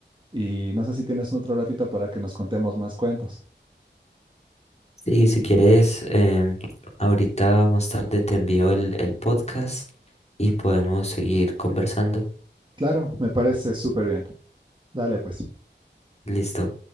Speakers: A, on the right; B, on the left.
A: y no sé si tienes otro ratito para que nos contemos más cuentos.
B: Sí, si quieres, em, ahorita más tarde te envío el, el podcast y podemos seguir conversando.
A: Claro, me parece súper bien. Dale, pues.
B: Listo.